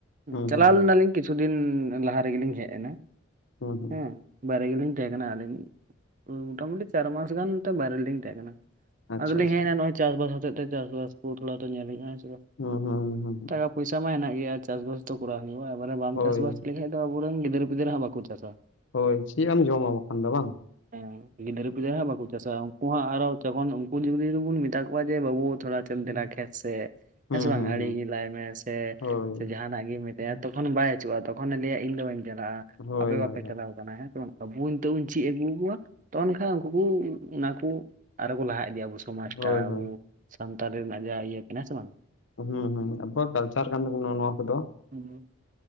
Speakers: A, on the left; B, on the right.
A: ᱦᱩᱸ
B: ᱪᱟᱞᱟᱣ
A: ᱦᱩᱸ ᱦᱩᱸ
B: ᱞᱮᱱᱟᱞᱤᱧ ᱠᱤᱪᱷᱩ ᱫᱤᱱ ᱞᱟᱦᱟ ᱨᱮᱜᱮᱞᱤᱧ ᱦᱮᱡ ᱮᱱᱟ
A: ᱦᱩᱸ ᱦᱩᱸ
B: ᱦᱮᱸ ᱾ ᱵᱟᱭᱨᱮ ᱜᱮᱞᱤᱧ ᱛᱟᱦᱮᱸ ᱠᱟᱱᱟ, ᱟᱹᱞᱤᱧ ᱢᱚᱴᱟ ᱢᱩᱴᱤ ᱪᱟᱨ ᱢᱟᱥ ᱜᱟᱱᱛᱮ ᱵᱟᱨᱮ ᱨᱮᱞᱤᱧ ᱛᱟᱦᱮᱸ ᱠᱟᱱᱟ ᱾
A: ᱟᱪᱪᱷᱟ
B: ᱟᱫᱚᱞᱤᱧ
A: ᱟᱪᱪᱷᱟ
B: ᱦᱮᱡ ᱮᱱᱟ ᱱᱚᱜᱼᱚᱭ ᱪᱟᱥ ᱵᱟᱥ ᱦᱚᱛᱮᱡ ᱛᱮ, ᱪᱟᱥᱵᱟᱥ ᱠᱚ ᱛᱷᱚᱲᱟ ᱛᱚ ᱧᱮᱞ ᱦᱩᱭᱩᱜᱼᱟ ᱦᱮᱸ ᱥᱮ ᱵᱟᱝ?
A: ᱦᱩᱸ, ᱦᱩᱸ, ᱦᱩᱸ, ᱦᱩᱸ ᱾
B: ᱴᱟᱠᱟ ᱯᱚᱭᱥᱟ ᱢᱟ ᱦᱮᱱᱟᱜ ᱜᱮᱭᱟ᱾ ᱪᱟᱥᱵᱟᱥ ᱛᱚ ᱠᱚᱨᱟᱣ ᱦᱩᱭᱩᱜᱼᱟ, ᱵᱚᱞᱮ ᱵᱟᱢ
A: ᱦᱳᱭ
B: ᱪᱟᱥᱵᱟᱥ ᱞᱮᱠᱷᱟᱡ ᱫᱚ ᱟᱵᱩᱨᱮᱱ ᱜᱤᱫᱟᱹᱨ ᱯᱤᱫᱟᱹᱨ ᱦᱟᱜᱸ ᱵᱟᱠᱚ ᱪᱟᱥ-ᱟ ᱾
A: ᱦᱳᱭ ᱪᱮᱫ ᱮᱢ ᱡᱚᱢᱟ ᱵᱟᱠᱷᱟᱱ ᱫᱚ ᱵᱟᱝ ᱾
B: ᱦᱮᱸ ᱜᱤᱫᱽᱨᱟᱹ ᱯᱤᱫᱽᱨᱟᱹ ᱦᱟᱜᱸ ᱵᱟᱠᱚ ᱪᱟᱥ-ᱟ ᱩᱱᱠᱩ ᱦᱚᱸ ᱟᱨ ᱦᱚᱸ ᱡᱚᱠᱷᱚᱱ ᱩᱱᱠᱩ ᱡᱩᱫᱤ ᱵᱚᱱ ᱢᱮᱛᱟ ᱠᱚᱣᱟ ᱡᱮ ᱵᱟᱹᱵᱩ ᱛᱷᱚᱲᱟ ᱫᱮᱞᱟ ᱠᱷᱮᱛ ᱥᱮᱜ ᱦᱮᱸ
A: ᱦᱩᱸ
B: ᱥᱮ ᱵᱟᱝ
A: ᱦᱩᱸ
B: ᱟᱲᱤ
A: ᱦᱩᱸ
B: ᱜᱮ ᱞᱟᱭ ᱢᱮ ᱥᱮ,
A: ᱦᱳᱭ
B: ᱥᱮ ᱡᱟᱦᱟᱱᱟᱜ ᱜᱮ ᱢᱤᱫ ᱦᱮᱸ ᱛᱚᱠᱷᱚᱱ ᱵᱟᱭ ᱟ. ᱪᱩᱜ-ᱟ ᱛᱚᱠᱷᱚᱱ ᱮ ᱞᱟᱹᱭ-ᱟ ᱤᱧ ᱫᱚ ᱵᱟᱹᱧ ᱪᱟᱞᱟᱜᱼᱟ ᱾
A: ᱦᱳᱭ ᱦᱳᱭ
B: ᱮ
A: ᱾
B: ᱪᱟᱞᱟᱣ ᱟᱠᱟᱱᱟ ᱦᱮᱸ ᱥᱮ ᱵᱟᱝ ᱛᱚᱵᱩ ᱤᱧ <unintelligible> ᱪᱮᱫ ᱟᱹᱜᱩ ᱠᱚᱣᱟ ᱛᱚ ᱮᱱᱠᱷᱟᱱ ᱩᱱᱠᱩ ᱠᱩ ᱚᱱᱟᱠᱩ ᱟᱨᱚ ᱠᱚ ᱞᱟᱦᱟ ᱤᱫᱤᱭᱟ ᱟᱵᱚ ᱥᱚᱢᱟᱡᱽ
A: ᱦᱳᱭ
B: ᱴᱟᱜ ᱟᱵᱩ
A: ᱦᱳᱭ
B: ᱥᱟᱱᱛᱟᱲ ᱨᱮᱱᱟᱜ ᱡᱟᱦᱟᱸ ᱤᱭᱟᱹ ᱠᱟᱱᱟ ᱦᱮᱸ ᱥᱮ ᱵᱟᱝ ᱾
A: ᱦᱩᱸ, ᱦᱩᱸ ᱟᱵᱩᱣᱟᱜ ᱠᱟᱞᱪᱟᱨ ᱠᱟᱱ ᱛᱟᱵᱚᱱᱟ ᱱᱚᱣᱟ ᱠᱚᱫᱚ
B: ᱦᱮᱸ ᱾